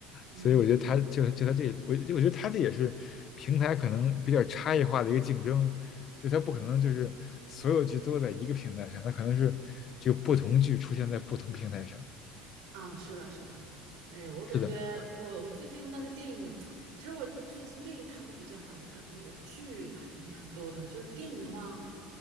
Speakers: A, on the right; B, on the left.
A: 嗯，
B: 所以我觉得他就就他这，也我我觉得他这也是平台可能比较差异化的一个竞争，就他不可能就是所有剧都在一个平台上，
A: 啊，
B: 他可能是就不同剧出现在不同平台上。
A: 啊，是的，是的，哎，我感觉我我最近那个电影，
B: 是的，
A: 其实我最近电影看的比较少，我感觉我剧还蛮多的。就是电影的话，